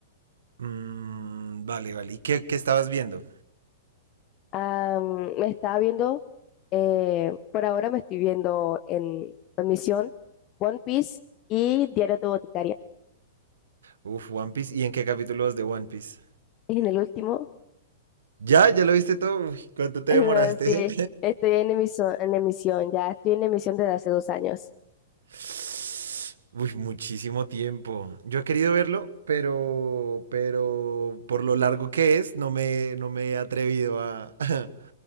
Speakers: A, on the right; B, on the left.
A: Mm, vale, vale. ¿Y qué, qué estabas viendo?
B: Am, me estaba viendo, eh, por ahora me estoy viendo en, en Misión One Piece y Diario de Boticaria.
A: Uf, One Piece. ¿Y en qué capítulo vas de One Piece?
B: En el último,
A: ¿Ya? ¿Ya lo viste todo? Uy, ¿cuánto te
B: <laughs>
A: demoraste?
B: sí, estoy en emisión, en emisión, ya estoy en emisión desde hace dos años.
A: <laughs> Uy, muchísimo tiempo. Yo he querido verlo, pero, pero por lo largo que es, no me, no me he atrevido a, <laughs>